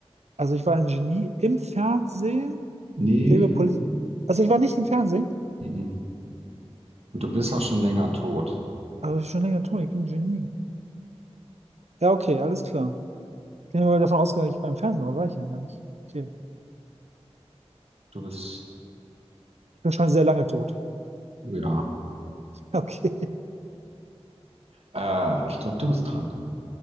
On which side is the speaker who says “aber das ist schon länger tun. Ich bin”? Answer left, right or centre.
Right